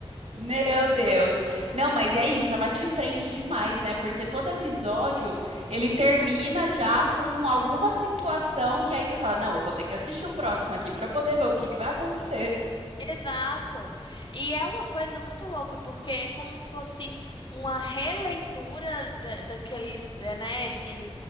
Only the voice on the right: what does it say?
Meu Deus. Não, mas é isso, ela te prende demais, né? Porque todo episódio ele termina já com alguma situação que aí você fala: "Não, eu vou ter que assistir o próximo aqui pra poder ver o que que vai acontecer".